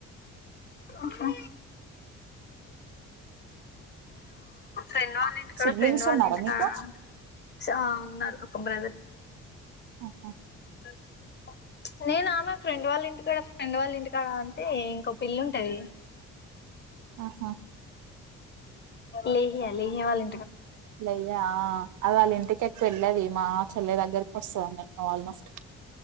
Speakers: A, on the left; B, on the right.
A: అహ నేను ఫ్రెండ్ వాళ్ళ ఇంటి కాడ
B: సిబ్లింగ్స్
A: ఫ్రెండ్ వాళ్ళ
B: ఉన్నారా మీకు
A: కాడ చ ఆ ఉన్నరు క బ్రద
B: ఆహా
A: <inaudible> నేను ఆమె ఫ్రెండ్ వాళ్ళ ఇంటికాడ ఫ్రెండ్ వాళ్ళ ఇంటికాడ అంటే ఇంకో పిళ్లుంటది
B: ఆహా
A: లేహ్యా లేెహ్యా వాళ
B: లేయ్యా అది వాళ్ళ ఇంటికెంచి ఎళ్ళది మా చెల్లె దగ్గరకి స మె ఆల్మోస్ట్